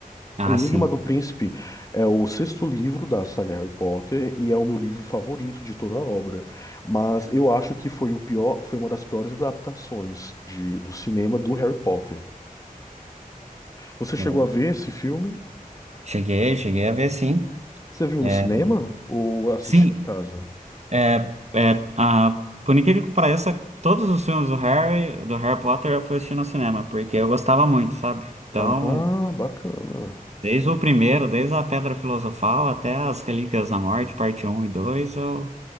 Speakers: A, on the right; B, on the left.
A: Ah,
B: O Enigma
A: sim.
B: do Príncipe é o sexto livro da saga Harry Potter e é o meu livro favorito de toda a obra. Mas eu acho que foi o pior, foi uma das piores adaptações de, do cinema do Harry Potter. Você chegou
A: Eu
B: a ver esse filme?
A: Cheguei, cheguei a ver, sim.
B: Você viu
A: É,
B: no cinema ou assistiu
A: Sim,
B: em casa?
A: É, é, ah, por incrível que pareça, todos os filmes do Harry, do Harry Potter eu fui assistir no cinema, porque eu gostava muito, sabe? Então,
B: Ah, bacana.
A: desde o primeiro, desde a Pedra Filosofal até as Relíquias da Morte, parte um e 2 eu,